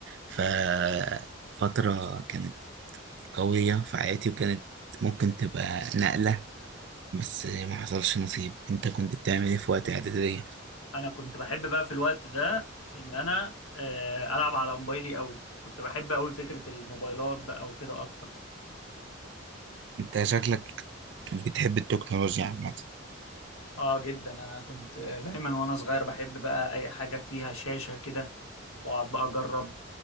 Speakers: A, on the right; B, on the left.
A: ففترة كانت قوية في حياتي وكانت ممكن تبقى نقلة بس ما حصلش نصيب انت كنت بتعمل ايه في وقت اعدادية
B: انا كنت بحب بقى في الوقت ده ان انا آه، العب على موبايلي قوي كنت بحب قوي فكرة الموبايلات بقى وكده اكتر
A: انت شكلك بتحب التكنولوجيا عامة
B: اه جدا انا كنت دايما وانا صغير بحب بقى اي حاجه فيها شاشه كده واقعد بقى اجرب